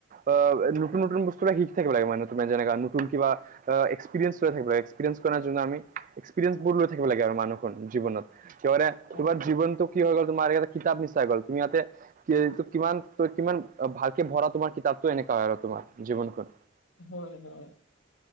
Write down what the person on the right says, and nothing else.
অ নতুন নতুন বস্তু বিলাক শিকি থাকিব লাগে মানে তোমাৰ যেনেকা নতুন কিবা আ এক্সপিৰিয়েঞ্চ লৈ থাকিব এক্সপিৰিয়েঞ্চ কৰাৰ ন জোনো আমি এক্সপিয়েঞ্চ বোৰ লৈ থাকিব লাগে আৰু মানুহখোন জীৱনত থিয়াৰে
তোমাৰ জীৱনটো কি হৈ গ'ল তোমাৰ এটা কিতাপ নিচাই হৈ গ'ল তুমি ইয়াতে কি কিমান ত কিমান ভালকে ভৰা তোমাৰ কিতাপটো এনেকুৱা হয় আৰু তোমাৰ জীৱনখন